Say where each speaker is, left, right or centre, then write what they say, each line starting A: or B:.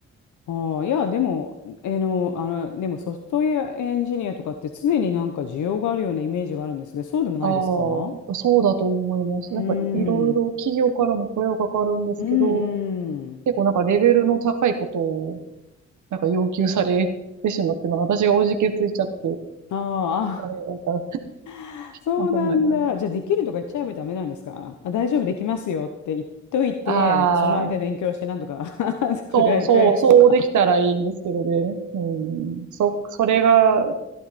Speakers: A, on the left (about 80°); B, on the right (about 80°).
A: ああ、いや、でも、えの、あの、でもソフトウェアエンジニアとかって常になんか需要があるようなイメージがあるんですけど、そうでもないですか
B: ああ、そうだと思います。
A: うーん。
B: やっぱいろいろ企業からも声はかかるんですけど、
A: うんうん。
B: 結構なんかレベルの高いことをなんか要求されてしまって、まあ私がおじけついちゃって、
A: あー
B: あれが、
A: あ、<laughs> あそうなんだ。
B: まあそんなんだね。
A: じゃあ、できるとか言っちゃえばダメなんですかあ、大丈夫、できますよって言っといて、
B: ああ、
A: その間勉強してなんとか <laughs> 食らい、
B: そう、そう、
A: 食らいつとか
B: そうできたらいいんですけどね。うん、そ、それが